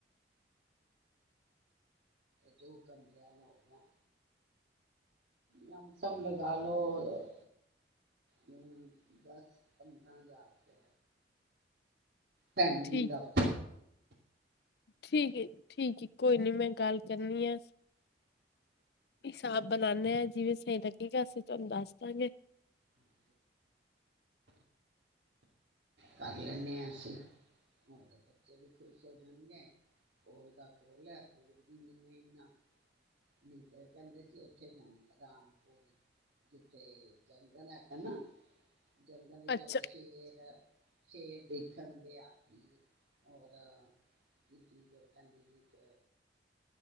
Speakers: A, on the right; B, on the left.
A: ਦੋ ਕਮਿਆਂ ਨੂੰ ਹੋ ਗਿਆ, ਲਮਸਮ ਲਗਾ ਲੋੋ ਅੰਮਮ ਦਸ-ਪੰਦਰਾਂ ਹਜ਼ਾਰ ਰੁਪਏ। ਫੈਮਲੀ
B: ਠੀਕ
A: ਦਾ
B: ਠੀਕ ਹੈ, ਜੀ ਠੀਕ ਹੈ। ਕੋਈ ਨੀ ਮੈਂ ਗੱਲ ਕਰਨੀ ਆ, ਹਿਸਾਬ ਬਣਾਉਦੇ ਹਾਂ ਜਿਵੇਂ ਸਹੀ ਲੱਗੇਗਾ ਅਸੀਂ ਤੁਹਾਨੂੰ ਦੱਸ ਦਾਂਗੇ।
A: <inaudible> ਕਰ ਲੈਂਦੇ ਹਾਂ ਅਸੀਂ, ਹੋਰ ਬੱਚੇ ਵੀ ਖੁਸ਼ ਹੋ ਜਾਣਗੇ ਕੋਲ <unintelligible> ਨਹੀਂ, ਤੇ ਕਹਿੰਦੇ ਸੀ ਉੱਥੇ ਜਾਣਾ ਰਾਮਪੁਰ ਜਿੱਥੇ ਜੰਗਲ ਹੈਗਾ ਨਾ ਜੰਗਲ ਵਿੱਚ
B: ਅੱਛਾ
A: ਉਹ ਸ਼ੇਰ-ਸ਼ੇਰ ਦੇਖਣ ਗਿਆ ਸੀ ਹੋਰ ਏਕ ਚੀਜ਼ ਕਰਨ ਦੀ ਇੱਕ